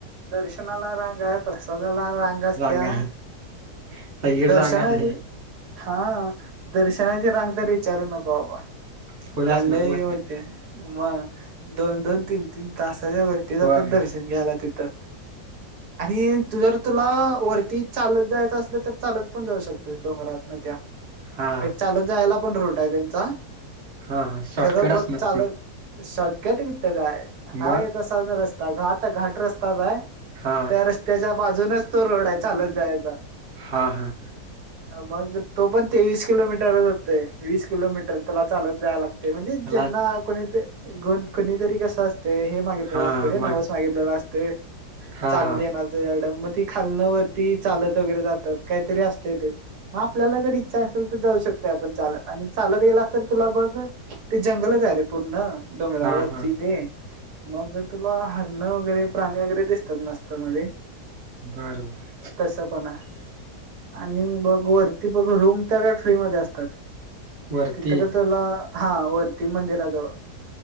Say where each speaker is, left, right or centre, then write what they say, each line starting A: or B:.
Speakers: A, on the right; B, on the right.
A: दर्शनाला रांग आहे प्रसादाला रांग असत्या
B: रांगा सगळीकडे
A: दर्शनाची
B: रांगाच आहे
A: हा दर्शनाची रांग तररी विचारू नको बाबा
B: फुल
A: चाललं
B: असणार मोठी
A: वाटते मग दोन दोन तीन तीन तासाच्या वरती जातात
B: होय
A: दर्शन घ्यायला तिथं आणि तू जर तुला वरती चालत जायचं असल तर चालत पण जाऊ शकतोस डोंगरात न त्या
B: हा
A: एक चालत जायला पण रूट आहे त्यांचा
B: हा हा शॉर्टकट
A: खरं बघ
B: असणार
A: चाल
B: त्यो
A: शॉटकट काय हाये
B: मग
A: तसाच रस्ता घाट घाट रस्ताच आहे
B: हा
A: त्या रस्त्याच्या बाजूनच तो रोड आहे चालत जायचा
B: हा हा
A: मग तो पण तेवीस किलोमीटरच होतय वीस किलोमीटर तला चालत जायला लागत म्हणजे
B: त्याला
A: ज्यांना कोणीत गण कोणीतरी कस अस ते हे मागितलेलं
B: हा
A: असते रे
B: मग
A: नवच मागितलेलं असते
B: हा
A: चाल
B: हा
A: दे येणार चड मग त खालन वर ती चालत वगैरे जातात काहीतरी अस ते मग आपल्याला जर इच्छा असेल तर जाऊ शकत ण चाल आणि चालत गेला असत तुला बघ ते जंगलच आहे रे पूर्ण डोंगरावरती
B: हा हा
A: ते मग तुला अन्न वगैरे प्राणी वगैरे दिसतात मस्त मध्ये
B: बर बर
A: तस पण आहे आणि बघ वरती बघ रूम तर काय फ्री मध्ये असतात
B: वरती
A: तिथं का तुला हा वरती मंदिराजवळ.